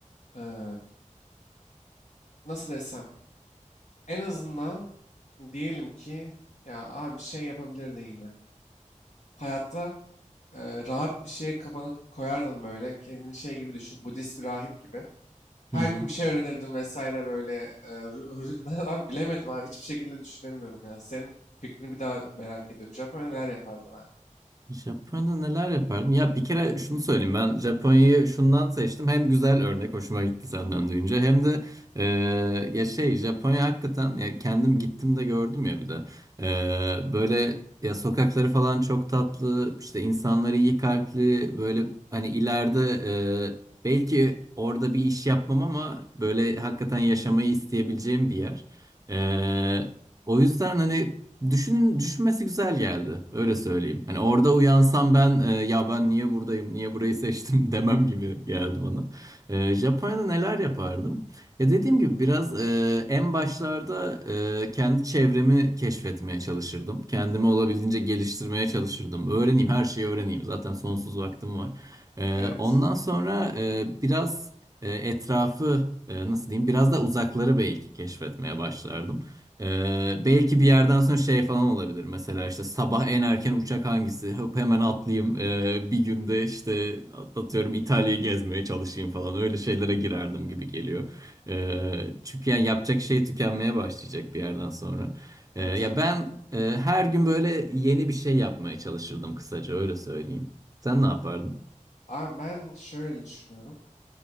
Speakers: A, on the left; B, on the right.
A: Ee, nasıl desem? En azından diyelim ki ya abi bir şey yapabilirdin yine. Hayatta e, rahat bir şeye kafanı koyardın böyle. Kendini şey gibi düşün. Budist bir rahip gibi. Her
B: Hı hı.
A: gün bir şey öğrenirdin vesaire böyle. e, rü- rü- <laughs> abi bilemedim abi. Hiçbir şekilde düşünemiyorum ya. Senin fikrini bir daha merak ediyorum. Japonya'da neler yapardın abi?
B: Japonya'da neler yapardım? Ya bir kere şunu söyleyeyim ben Japonya'yı şundan seçtim. Hem güzel örnek hoşuma gitti senden duyunca hem de e, ya şey Japonya hakikaten ya kendim gittim de gördüm ya bir de E, böyle ya sokakları falan çok tatlı işte insanları iyi kalpli böyle hani ileride e, belki orada bir iş yapmam ama böyle hakikaten yaşamayı isteyebileceğim bir yer. E, o yüzden hani Düşünün, düşünmesi güzel geldi. Öyle söyleyeyim. Hani orada uyansam ben e, ya ben niye buradayım, niye burayı seçtim <laughs> demem gibi geldi bana. E, Japonya'da neler yapardım? Ya dediğim gibi biraz e, en başlarda e, kendi çevremi keşfetmeye çalışırdım. Kendimi olabildiğince geliştirmeye çalışırdım. Öğreneyim, her şeyi öğreneyim. Zaten sonsuz vaktim var. E,
A: Evet.
B: ondan sonra e, biraz e, etrafı e, nasıl diyeyim biraz da uzakları belki keşfetmeye başlardım. Ee, belki bir yerden sonra şey falan olabilir. Mesela işte sabah en erken uçak hangisi? Hop hemen atlayayım. Ee, bir günde işte at- atıyorum İtalya'yı gezmeye çalışayım falan. Öyle şeylere girerdim gibi geliyor. Ee, çünkü yani yapacak şey tükenmeye başlayacak bir yerden sonra.
A: Tabii
B: Ee, ya
A: tabii.
B: ben e, her gün böyle yeni bir şey yapmaya çalışırdım kısaca öyle söyleyeyim. Sen ne yapardın?
A: Abi ben şöyle düşünüyorum.